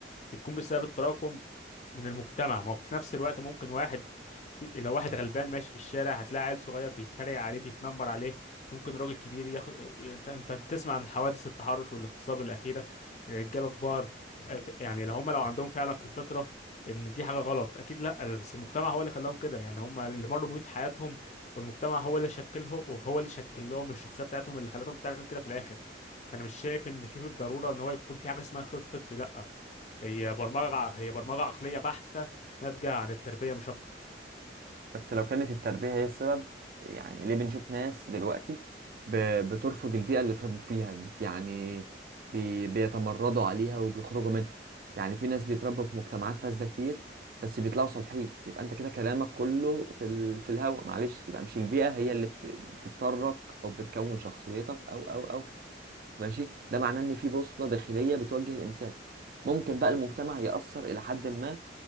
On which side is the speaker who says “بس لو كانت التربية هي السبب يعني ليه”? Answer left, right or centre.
Right